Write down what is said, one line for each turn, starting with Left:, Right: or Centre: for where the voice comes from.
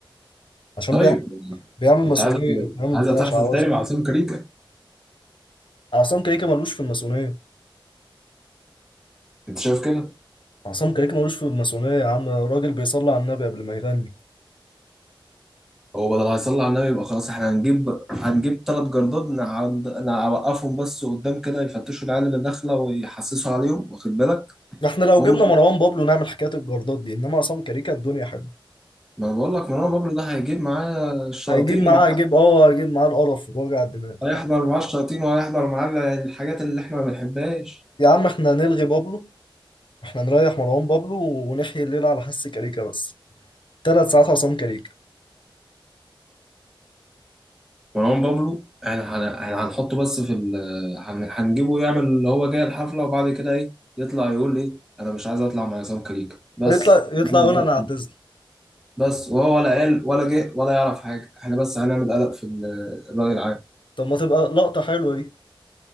Left: عشان
Centre: طيب
Left: بيعمل بيعمل
Centre: انت
Left: ماسونيه
Centre: عايز
Left: بيعمل
Centre: عايز
Left: بتاع
Centre: تحصل
Left: شعوذه
Centre: تاني مع عاصم كاريكا
Left: عصام كيكه ملوش في الماسونيه
Centre: انت شايف كده
Left: عصام كيكه ملوش في الماسونيه يا عم راجل بيصلي على النبي قبل ما يغني
Centre: هو بدل هيصلي على النبي يبقى خلاص احنا هنجيب هنجيب ثلاث جردات نعد... نوقفهم بس قدام كده يفتشوا العيال اللي داخله ويحسسوا عليهم واخد بالك
Left: احنا لو
Centre: هم
Left: جبنا مروان بابلو نعمل حكايه الجردات دي انما عصام كيكه الدنيا حلوه
Centre: ما انا بقول لك مروان بابلو ده هيجيب معاه الشياطين
Left: هيجيب معاه
Centre: مع...
Left: هيجيب اه هيجيب معاه القرف ووجع الدماغ
Centre: هيحضر معاه الشياطين وهيحضر معاه الحاجات اللي احنا ما بنحبهاش
Left: يا عم احنا هنلغي بابلو احنا نريح مروان بابلو ونحيي الليلة على حس كاريكا بس ثلاث ساعات عصام كاريكا
Centre: مروان بابلو احنا هن- احنا هنحطه بس في ال هن- هنجيبه يعمل اللي هو جاي الحفلة وبعد كده ايه يطلع يقول ايه انا مش عايز اطلع مع عصام كريك بس
Left: يطلع يطلع
Centre: نعمل
Left: يقول
Centre: قلق
Left: انا اعتزل
Centre: بس وهو ولا قال ولا جه ولا يعرف حاجة احنا بس هنعمل قلق في ال- الرأي العام
Left: طب ما تبقى لقطة حلوة دي